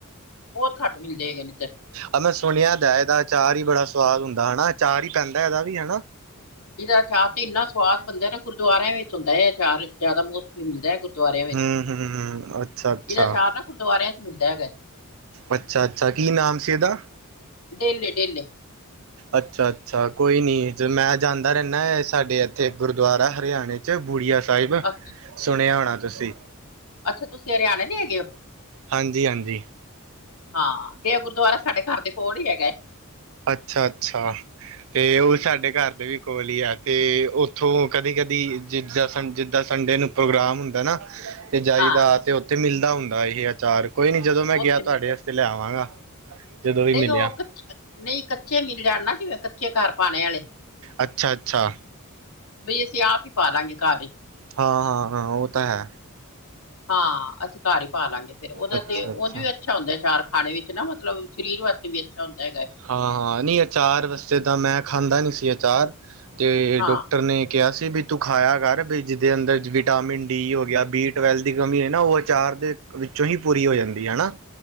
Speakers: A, on the left; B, on the right.
A: ਬੋਤ ਘੱਟ ਮਿਲਦੇ ਹੈਗੇਨੇ ਇੱਧਰ।
B: ਆ ਮੈਂ ਸੁਣਿਆ ਦੈ ਐਦਾ ਅਚਾਰ ਹੀ ਬੜਾ ਸਵਾਦ ਹੁੰਦਾ ਹਨਾ। ਅਚਾਰ ਹੀ ਪੈਂਦਾ ਹੈਗਾ ਵੀ ਹਨਾ?
A: ਇਦਾ <unintelligible> ਅਚਾਰ ਤੇ ਇੰਨਾ ਸਵਾਦ ਬਣਦਾ ਨਾ ਕੁ ਦੁਆਰਿਆਂ ਵਿੱਚ ਹੁੰਦਾ ਏ ਅਚਾਰ, ਜਾਦਾ ਮੋਸਟਲੀ ਮਿਲਦੈ ਗੁਰਦੁਆਰਿਆਂ ਵਿੱਚ।
B: ਹੁੰ-ਹੁੰਅਅਅ। ਅੱਛਾ -ਅੱਛਾ।
A: ਇਹਦਾ ਅਚਾਰ ਨਾ ਗੁਰਦੁਆਰਿਆਂ ਚ ਮਿਲਦਾ ਹੈਗਾ।
B: ਅੱਛਾ - ਅੱਛਾ ਕੀ ਨਾਮ ਸੀ ਐਦਾ?
A: ਡੇਲੇ ਡੇਲੇ
B: ਅੱਛਾ ਅੱਛਾ ਕੋਈ ਨੀ ਮੈਂ ਜਾਂਦਾ ਰਹਿੰਨਾ ਹ ਸਾਡੇ ਇੱਥੇ ਗੁਰਦੁਆਰਾ ਹਰਿਆਣੇ ਬੁੜੀਆ ਸਾਹਿਬ
A: ਅੱਛ
B: ਸੁਣਿਆ ਹੋਣਾ ਤੁਸੀਂ?
A: ਅੱਛਾ ਤੁਸੀਂ ਹਰਿਆਣੇ ਦੇ ਹੈਗੇ ਹੋ?
B: ਹਾਂਜੀ, ਹਾਂਜੀ।
A: ਹਾਂ ਇਹ ਗੁਰਦੁਆਰਾ ਸਾਡੇ ਘਰ ਦੇ ਕੋਲ ਹੀ ਹੈਗਾ ਏ।
B: ਅੱਛਾ, ਅੱਛਾ। ਤੇ ਉਹ ਸਾਡੇ ਘਰ ਦੇ ਵੀ ਕੋਲ ਈ ਆ ਤੇ ਉੱਥੋਂ ਕਦੀ ਕਦੀ ਜਿੱਦਾਂ ਸੰ ਜਿੱਦਾਂ ਸੰਡੇ ਨੂੰ ਪ੍ਰੋਗਰਾਮ ਹੁੰਦਾ ਨਾ ਤੇ ਜਾਈਦਾ
A: ਹਾਂ
B: ਅਤੇ ਉੱਥੇ ਮਿਲਦਾ ਹੁੰਦਾ ਇਹ ਆਚਾਰ ਕੋਈ ਨੀ ਜਦੋਂ ਮੈਂ
A: ਉੱਥੇ
B: ਗਿਆ
A: ਮਿਲਦਾ
B: ਤੁਹਾਡੇ
A: ਹੈ।
B: ਵਾਸਤੇ ਤੇ ਲੈ ਆਵਾਂਗਾ ਜਦੋਂ ਵੀ
A: ਨਹੀਂ
B: ਮਿਲਿਆ।
A: ਉਹ ਨਹੀਂ ਕੱਚੇ ਮਿਲ ਜਾਣ ਨਾ ਜਿਵੇਂ ਕੱਚੇ ਘਰ ਪਾਣੇ ਆਲੇ
B: ਅੱਛਾ-ਅੱਛਾ।
A: ਬਈ ਅਸੀਂ ਆਪ ਹੀ ਪਾਲਾਂਗੇ ਘਰ ਹੀ
B: ਹਾਂ, ਹਾਂ, ਹਾਂ ਉਹ ਤਾਂ ਹੈ।
A: ਹਾਂ ਅਸੀਂ ਘਰ ਹੀ ਪਾ ਲਾਂਗੇ ਫੇਰ ਉਹਦਾ
B: ਅੱਛਾ-ਅੱਛਾ
A: ਤੇ ਉਝ ਵੀ ਅੱਛਾ ਹੁੰਦਾ ਅਚਾਰ ਖਾਣੇ ਵਿੱਚ ਨਾ। ਮਤਲਬ ਸਰੀਰ ਵਾਸਤੇ ਵੀ ਅੱਛਾ ਹੁੰਦਾ ਹੈਗਾ।
B: ਹਾਂ ਨਹੀਂ ਅਚਾਰ ਵੈਸੇ ਤਾਂ ਮੈਂ ਖਾਂਦਾ ਨੀ ਸੀ ਅਚਾਰ ਤੇ
A: ਹਾਂ,
B: ਡਾਕਟਰ ਨੇ ਕਿਹਾ ਸੀ ਬੀ ਤੂੰ ਖਾਇਆ ਕਰ ਵੀ ਜਿਹਦੇ ਅੰਦਰ ਵਿਟਾਮਿਨ ਡੀ ਹੋ ਗਿਆ, ਬੀ-ਟਵੇਲਵ ਦੀ ਕਮੀ ਹੋਏ ਨਾ ਉਹ ਅਚਾਰ ਦੇ ਵਿੱਚੋਂ ਹੀ ਪੂਰੀ ਹੋ ਜਾਂਦੀ ਏ ਹੈ ਨਾ।